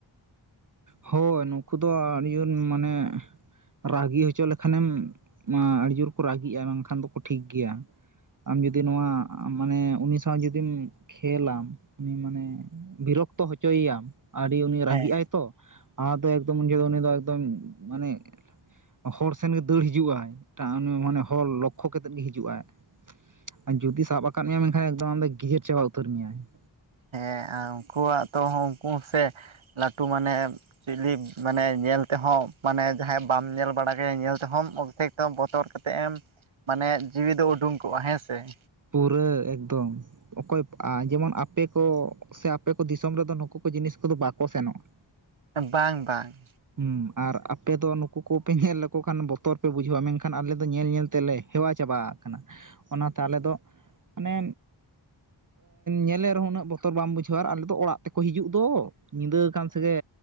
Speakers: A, on the right; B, on the right.
A: ᱦᱳᱭ ᱱᱩᱠᱩ ᱫᱚ ᱟᱹᱰᱤ-ᱟᱹᱱ ᱢᱟᱱᱮ ᱨᱟᱹᱜᱤ ᱦᱚᱪᱚ ᱞᱮᱠᱷᱟᱱᱮᱢ ᱢᱟ ᱟᱹᱰᱤ ᱡᱳᱨ ᱠᱚ ᱨᱟᱹᱜᱤᱜ-ᱟ ᱵᱟᱝᱠᱷᱟᱱ ᱫᱚᱠᱚ ᱴᱷᱤᱠ ᱜᱮᱭᱟ᱾ ᱟᱢ ᱡᱩᱫᱤ ᱱᱚᱣᱟ ᱢᱟᱱᱮ ᱩᱱᱤ ᱥᱟᱶ ᱡᱩᱫᱤᱢ ᱠᱷᱮᱞᱟᱢ ᱩᱱᱤ ᱢᱟᱱᱮ ᱵᱤᱨᱚᱠᱛᱚ ᱦᱚᱪᱚᱭ ᱮᱭᱟᱢ ᱟᱹᱰᱤ ᱩᱱᱤ
B: ᱦᱮᱸ
A: ᱨᱟᱹᱜᱤᱜ ᱟᱭ ᱛᱚ ᱟᱫᱚ ᱮᱠᱫᱚᱢ ᱩᱱ ᱡᱚᱦᱚ ᱩᱱᱤ ᱫᱚ ᱮᱠᱫᱚᱢ ᱢᱟᱱᱮ ᱦᱚᱲ ᱥᱮᱱᱜ ᱫᱟᱹᱲ ᱦᱤᱡᱩᱜᱼ ᱟᱭ ᱮᱴᱟᱜ ᱢᱟᱱᱮ ᱦᱚᱲ ᱞᱚᱠᱠᱷᱚ ᱠᱟᱛᱮᱮᱫ ᱜᱮ ᱦᱤᱡᱩᱜ ᱟᱭ ᱾ ᱟᱨ ᱡᱩᱫᱤ ᱥᱟᱵ ᱟᱠᱟᱫ ᱢᱮᱭᱟ ᱢᱮᱱᱠᱷᱟᱱ ᱟᱢ ᱫᱚ ᱜᱡᱮᱨ ᱪᱟᱵᱟ ᱩᱛᱟᱹᱨ ᱢᱮᱭᱟᱭ ᱾
B: ᱦᱮᱸ ᱟᱨ ᱩᱱᱠᱩᱣᱟᱜ ᱛᱚ ᱩᱱᱠᱩ ᱥᱮ ᱞᱟᱹᱴᱩ ᱢᱟᱱᱮ ᱪᱤᱞᱤ ᱢᱟᱱᱮ ᱧᱮᱞ ᱛᱮᱦᱚᱸ ᱢᱟᱱᱮ ᱡᱟᱦᱟᱸᱭ ᱵᱟᱢ ᱧᱮᱞ ᱵᱟᱲᱟ ᱠᱟᱭᱟ ᱧᱮᱞ ᱛᱮᱦᱚᱢ ᱚᱠᱫᱷᱮᱠ <inaudible> ᱵᱚᱛᱚᱨ ᱠᱟᱛᱮᱮᱫ ᱮᱢ ᱢᱟᱱᱮ ᱡᱤᱣᱤ ᱫᱚ ᱩᱰᱩᱝ ᱠᱚᱜᱼᱟ ᱦᱮᱸ ᱥᱮ ᱾
A: ᱯᱩᱨᱟᱹ ᱮᱠᱫᱚᱢ ᱾ ᱚᱠᱚᱭ ᱡᱮᱢᱚᱱ ᱟᱯᱮ ᱠᱚ ᱥᱮ ᱟᱯᱮ ᱠᱚ ᱫᱤᱥᱚᱢ ᱨᱮᱫᱚ ᱱᱩᱠᱩ ᱠᱚ ᱡᱤᱱᱤᱥ ᱠᱚᱫᱚ ᱵᱟᱠᱚ ᱥᱮᱱᱚᱜᱼᱟ ᱾
B: ᱵᱟᱝ ᱵᱟᱝ ᱾
A: ᱦᱩᱸ ᱟᱨ ᱟᱯᱮ ᱫᱚ ᱱᱩᱠᱩ ᱠᱚᱯᱮ ᱧᱮᱞ ᱞᱮᱠᱚ ᱠᱷᱟᱱ ᱵᱚᱛᱚᱨ ᱯᱮ ᱵᱩᱡᱷᱟᱹᱣᱟ ᱢᱮᱱᱠᱷᱟᱱ ᱟᱞᱮ ᱫᱚ ᱧᱮᱞ ᱧᱮᱞ ᱛᱮᱞᱮ ᱦᱮᱣᱟ ᱪᱟᱵᱟ ᱟᱠᱟᱱᱟ ᱚᱱᱟᱛᱮ ᱟᱞᱮ ᱫᱚ ᱢᱟᱱᱮ ᱧᱮᱞ ᱨᱮᱦᱚᱸ ᱩᱱᱟᱹᱜ ᱵᱚᱛᱚᱨ ᱵᱟᱢ ᱵᱩᱡᱷᱟᱹᱣᱟ ᱟᱨ ᱟᱞᱮ ᱫᱚ ᱚᱲᱟᱜ ᱛᱮᱠᱚ ᱦᱤᱡᱩᱜ ᱫᱚ ᱾ ᱧᱤᱫᱟᱹ ᱟᱠᱟᱱ ᱥᱮᱜᱮ